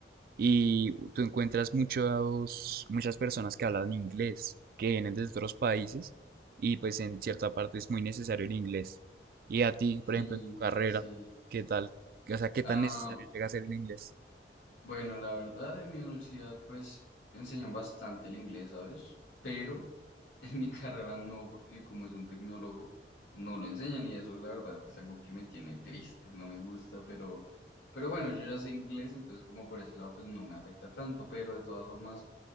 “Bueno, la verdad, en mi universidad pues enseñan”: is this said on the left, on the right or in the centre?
Left